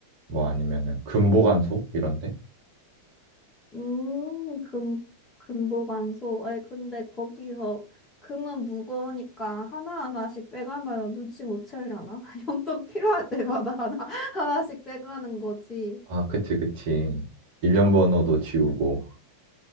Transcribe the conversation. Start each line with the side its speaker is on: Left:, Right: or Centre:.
Right: 뭐 아니면은 금보관소 이런데?
Left: 음, 금, 금보관소. 아니, 근데 거기서 금은 무거우니까 하나하나씩 빼가면 눈치 못 채려나? <laughs> 용돈 필요할 때마다 하나, 하나씩 빼가는 거지.
Right: 아, 그치, 그치. 일련 번호도 지우고.